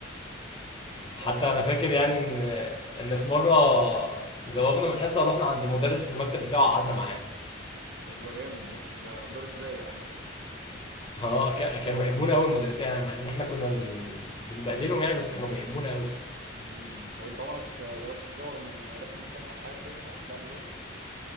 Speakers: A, on the right; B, on the left.
A: ده
B: حتى
A: حوار
B: أنا فاكر يعني إن إن في مرة زوغنا من حصة ورحنا عند مدرس في المكتب بتاعه قعدنا معاه
A: طب ده جامد ده ده مدرس رايق عامة
B: اه كا- كانوا بيحبونا قوي المدرسين يعني مع إن إحنا كنا بن بنبهدلهم يعني بس كانوا بيحبونا قوي
A: امم طب انت عمرك جربت تزوغ من المدرسة مثلا او حاجة كده عملتها قبل كده؟